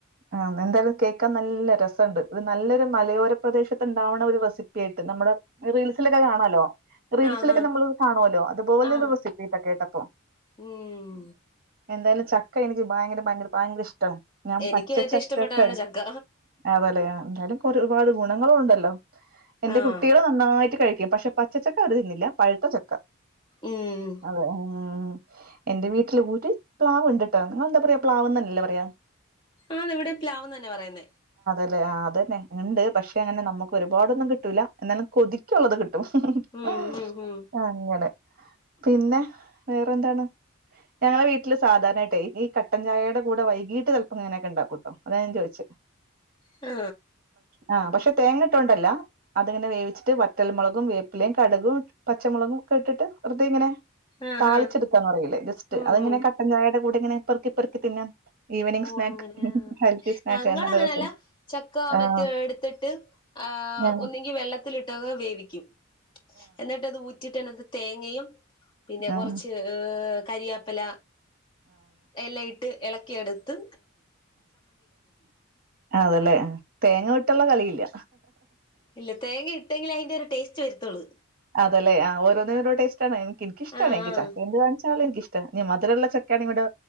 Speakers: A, on the right; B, on the left.
A: ആ എന്തായാലും കേൾക്കാൻ നല്ല രസ്‌ണ്ട് ഇത് നല്ലൊരു മലയോര പ്രദേശ ത്തുണ്ടാവുണ ഒരു റെസിപ്പിയായിട്ട് നമ്മുടെ റീൽസിലൊക്കെ കാണാലോ റീൽസിലൊക്കെ
B: ആഹാ
A: നമ്മൾ കാണുല്ലോ അതുപോലൊരു
B: ആഹ്
A: റെസിപ്പിട്ടൊ കേട്ടപ്പോ
B: ഉം
A: എന്തായാലും ചക്ക എനിക്ക് ഭയങ്കര ഭയങ്കര ഭയങ്കര ഇഷ്ടന് ഞാൻ
B: എനിക്ക്
A: പച്ചച്ചക്കക്കെ
B: ഏറ്റവും ഇഷ്ടപ്പെട്ടാണ് ചക്ക
A: അതല്ല എതായാലും ഒരുപാട് ഗുണങ്ങളുമുണ്ടല്ലോ ഹലോ എന്റെ
B: ആഹ്
A: കുട്ടികള് നന്നായിട്ട് കഴിക്കും പക്ഷെ പച്ചച്ചക്ക അവര് തിന്നി ഇല്ല പഴുത്ത ചക്ക
B: ഉം
A: അതെ മ് എന്റെ വീട്ടില് പൊ പ്ലാവ് ഉണ്ടട്ട നിങ്ങെന്താ പറയാ പ്ലാവ്ന്നല്ലേ പറയാ
B: ആന്ന് ഇവിടെ പ്ലാവ് തന്നെ പറയുനേ
A: അല്ലെ അതന്നെ ഉണ്ട് പക്ഷെ അങ്ങനെ നമുക്ക് ഒരുപാടൊന്നും കിട്ടുല്ല എന്നാല് കൊതുക്കുള്ളത് കിട്ടും കിട്ടും
B: ഉം ഉം ഉം
A: അങ്ങനെ പിന്നെ വേറെ എന്താണ് ഞങ്ങളെ വീട്ടില് സാധാരണയട്ട് ഈ കട്ടൻചായയുടെ കൂടെ വൈകീട്ട് ചിലപ്പം ഇങ്ങനെയൊക്കെ ഉണ്ടാക്കൂട്ടോ അതാഞാൻ ചോദിചെ
B: ആ
A: ആ പക്ഷെ തേങ്ങട്ടുണ്ടല്ലോ അതിങ്ങനെ വേവിച്ചിട്ട് വറ്റൽമുളകും വേപ്പിലയും കടുകും പച്ചമുളകും ഒക്കെ ഇട്ടിട്ട് വെറുതെ ഇങ്ങനെ
B: ആഹ്
A: താളിച്ചെടുക്കാന്ന
B: ആഹ്
A: പറയിയില്ലേ ജസ്റ്റ്
B: ഉം
A: അതങ്ങനെ
B: ഉം
A: കട്ടചായ കൂടെങ്ങനെ പെറുക്കി പെറുക്കി തിന്നാൻ ഈവനിങ്
B: ഓ
A: സ്നാക്ക്
B: അങ്ങനെയ
A: ഹെൽത്തി സ്നാക്ക്
B: ഞങ്ങൾ
A: നല്ല
B: അങ്ങനെയല്ല
A: രസം
B: ചക്ക
A: ആഹ്
B: മറ്റേ എടുത്തിട്ട് ആ
A: ആഹ്
B: ഒന്നെങ്കി വെള്ളത്തി ഇട്ട് വേവിക്കും എന്നിട്ട് അത് ഊറ്റി ഊറ്റിയിട്ട് തേങ്ങയും പിന്നെ
A: ആഹ്
B: കുറച്ച് ങ് കരിയാപ്പല എല്ല ഇട്ട് ഇള ക്കിയെടു ത്ത്
A: അതെല്ലേ ആഹ് തേങ്ങ വിട്ട്ള്ള കളിയില്ല.
B: ഇല്ല തേങ്ങ ഇട്ടെങ്കിൽ അതിന്റെ ഒരു ടേസ് റ്റ് വരുത്തോള്
A: അതല്ലെ ആഹ് ഓരോന്നിന് ഓരോ ടേസ്റ്റാണ് എനിക്കിഷ്ടണ്
B: ആഹ്
A: ചക്ക എന്ത് കാണി ചക്ക എനിക്ഷ്ട മധുരമുള്ള ചക്കയാണെവിടെ